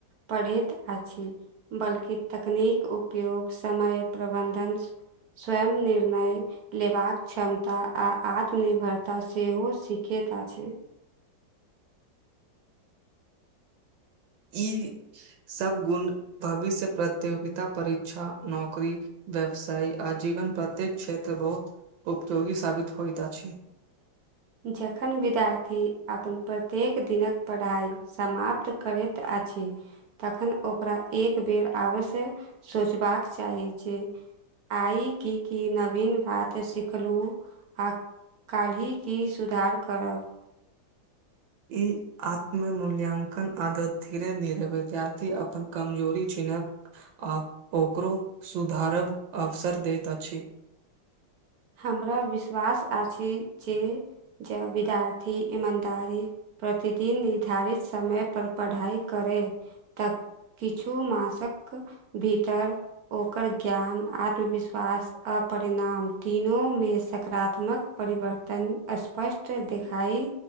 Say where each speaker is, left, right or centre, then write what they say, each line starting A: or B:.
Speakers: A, on the right; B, on the right.
A: पढ़ैत अछि बल्कि तकनीक उपयोग समय प्रबन्धन स्वयं निर्णय लेबाक क्षमता आ आत्मनिर्भरता सेहो सी खेत अछै
B: ई सब गुण भविष्य प्रतियोगिता परीक्षा नौकरी व्यवसाय आ जीवन प्रत्येक क्षेत्र बहुत उपयोगी साबित होइत अछि
A: जखन विद्यार्थी अपन प्रत्येक दिनक पढ़ाई समाप्त करैत अछि तखन ओकरा एक बेर आवश्य सोचबाक चाही जे आइ की की नवीन बात सिखलु आ काल्हि की सुधार करब
B: ई आत्म मूल्याङ्कन आदत धीरे धीरे विद्यार्थी अपन कमजोरी छै आ ओकरो सुधारब अवसर दैत अछि <inaudible>
A: हमरा विश्वास आछि जे जब विद्यार्थी ईमानदारी प्रतिदिन निर्धारित समय पर पढ़ाई करै तब किछु मासक भीतर ओकर ज्ञान आत्मविश्वास अप परिणाम तीनूमे सकारात्मक परिवर्तन स्पष्ट देखाइ